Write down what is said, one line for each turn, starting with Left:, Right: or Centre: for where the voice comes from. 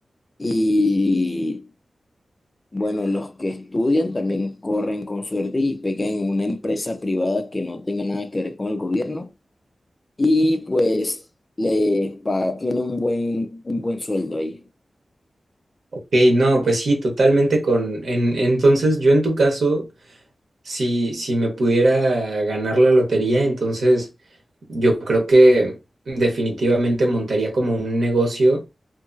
Left: y Bueno, los que estudian también corren con suerte y pegan en una empresa privada que no tenga nada que ver con el gobierno y pues les pa- tiene un buen, un buen sueldo ahí.
Right: Ok, no, pues sí, totalmente con... en- entonces, yo en tu caso, si, si me pudiera ganar la lotería, entonces yo creo que definitivamente montaría como un negocio